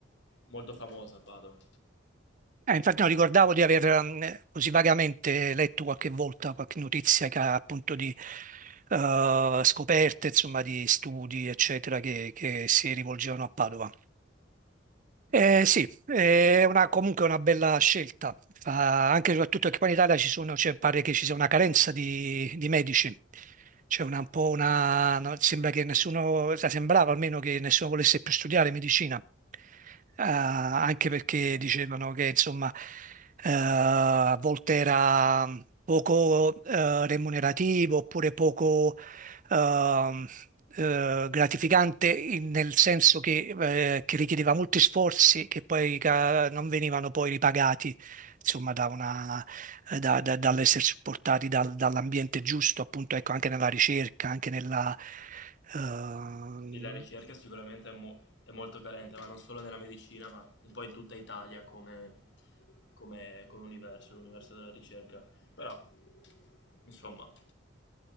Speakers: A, on the left; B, on the right.
A: molto famosa a Padova.
B: Eh, infatti non ricordavo di aver mm, così vagamente letto qualche volta qualche notizia che ha appunto di eh, scoperte, insomma, di studi, eccetera, che, che si rivolgevano a Padova. Eh, sì, è una- comunque una bella scelta, Fa- anche e soprattutto che poi in Italia ci sono, cioè, pare che ci sia una carenza di, di medici, c'è una, un po' una, no, sembra che nessuno,
A: Sì.
B: cioè, sembrava almeno che nessuno volesse più studiare medicina, Eh, anche perché
A: eh
B: dicevano
A: sì.
B: che insomma eh, a volte era poco eh, remunerativo oppure poco ehm, eh, gratificante in- nel senso che, eh, che richiedeva molti sforzi che poi ca- non venivano poi ripagati, insomma, da una- eh, da- da- dall'essere supportati dal- dall'ambiente giusto, appunto, ecco, anche nella ricerca, anche nella, ehm,
A: E la ricerca sicuramente è, mo- è molto carente, ma non solo nella medicina, ma un po' in tutta Italia come, come- come universo, l'universo della ricerca. Però, insomma,